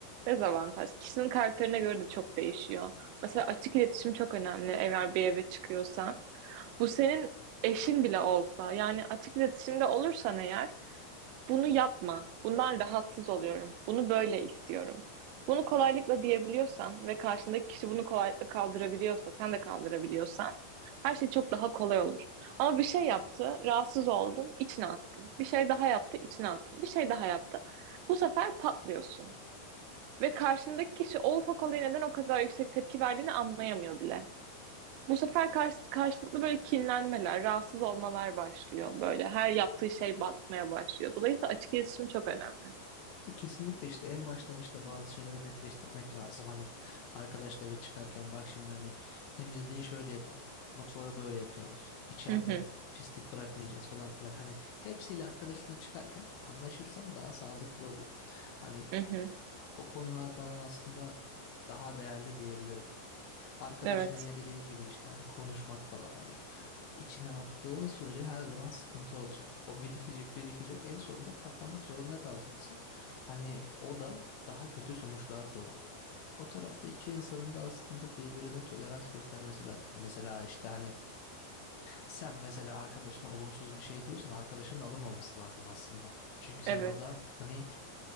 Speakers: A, on the right; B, on the left.
A: dezavantaj. Kişinin karakterine göre de çok değişiyor. Mesela açık iletişim çok önemli eğer bir eve çıkıyorsan. Bu senin eşin bile olsa yani açık iletişimde olursan eğer bunu yapma. Bundan rahatsız oluyorum. Bunu böyle istiyorum. Bunu kolaylıkla diyebiliyorsan ve karşındaki kişi bunu kolaylıkla kaldırabiliyorsa, sen de kaldırabiliyorsan her şey çok daha kolay olur. Ama bir şey yaptı, rahatsız oldun, içine attın. Bir şey daha yaptı, içine attın. Bir şey daha yaptı. Bu sefer patlıyorsun. Ve karşındaki kişi o ufak olaya neden o kadar yüksek tepki verdiğini anlayamıyor bile. Bu sefer karşı, karşılıklı böyle kinlenmeler, rahatsız olmalar başlıyor. Böyle her yaptığı şey batmaya başlıyor. Dolayısıyla açık iletişim çok önemli.
B: E, Kesinlikle işte en baştan işte bazı şeyleri netleştirmek lazım hani arkadaşla eve çıkarken bak şimdi hani temizliği şöyle yapalım bak mutfağı böyle yapıyoruz içeride
A: Hı hı,
B: pislik bırakmayacağız falan filan hani hepsiyle arkadaşına çıkarken anlaşırsan daha sağlıklı oluyor. Hani
A: hı hı.
B: O konular falan aslında daha değerli diyebilirim. Arkadaşına
A: Evet,
B: yine dediğin gibi işte hani konuşmak falan hani içine attığın sürece her zaman sıkıntı olacak. O birikecek birikecek en sonunda patlamak zorunda kalacaksın. Hani o da daha kötü sonuçlar doğuruyor. O tarafta iki insanın da aslında birbirine tolerans göstermesi lazım. Mesela işte hani sen mesela arkadaşına olumsuz bir şey diyorsan arkadaşının alınmaması lazım aslında. Çünkü sen
A: evet,
B: orada hani